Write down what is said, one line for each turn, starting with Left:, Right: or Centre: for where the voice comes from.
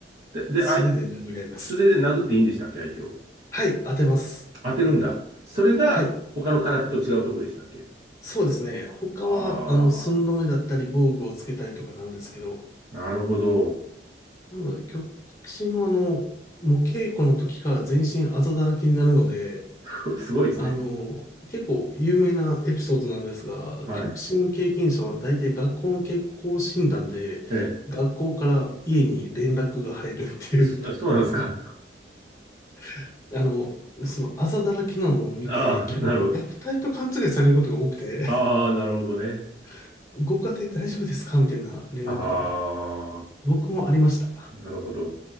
Right: で、で、
Left: 素手で殴り合います。
Right: あい、素手で殴っていいんでしたっけ、相手を。
Left: はい、当てます。
Right: 当てるんだ。それが、
Left: はい、
Right: 他の空手と違うとこでしたっけ
Left: そうですね。他は、
Right: ああ、
Left: あの、寸止めだったり、防具をつけたりとかなんですけど、
Right: なるほど。
Left: なので、極真は、あの、もう稽古の時から全身あざだらけになるので、
Right: <laughs> すごいですね。
Left: あの、結構有名なエピソードなんですが、
Right: はい。
Left: 極真経験者は大体学校の健康診断で、
Right: え
Left: 学校から家に連絡が入るっていう、
Right: え。そ、そうなんですか。
Left: <laughs> あの、そのあざだらけなのを見て、
Right: ああー、
Left: 虐、
Right: なるほど。
Left: 虐待と勘違いされることが多くて、
Right: ああ、なるほどね。
Left: <laughs> ご家庭大丈夫ですかみたいな連絡が
Right: ああ、
Left: 僕もありました。
Right: なるほど。